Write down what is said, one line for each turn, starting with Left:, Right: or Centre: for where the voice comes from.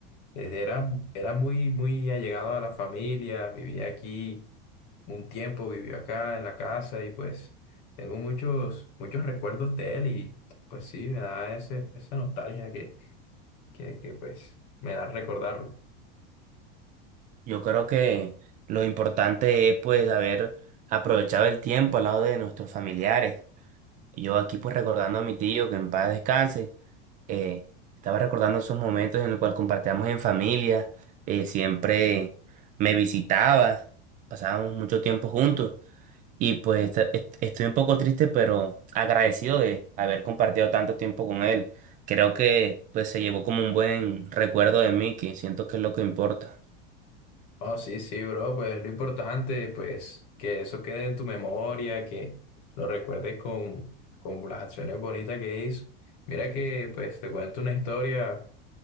Left: eh, era, era muy, muy allegado a la familia, vivía aquí un tiempo, vivió acá en la casa y pues tengo muchos, muchos recuerdos de él y pues sí, me da ese, esa nostalgia que, que pues me da recordarlo.
Right: Yo creo que lo importante es pues haber aprovechado el tiempo al lado de nuestros familiares. Yo aquí pues recordando a mi tío que en paz descanse eh, estaba recordando esos momentos en los cuales compartíamos en familia, eh, siempre me visitaba, pasábamos mucho tiempo juntos y pues esta- est- estoy un poco triste, pero agradecido de haber compartido tanto tiempo con él. Creo que pues se llevó como un buen recuerdo de mí, que siento que es lo que importa.
Left: Oh, sí, sí, bro, pues lo importante, pues que eso quede en tu memoria, que lo recuerdes con, con las acciones bonitas que hizo. Mira que, pues te cuento una historia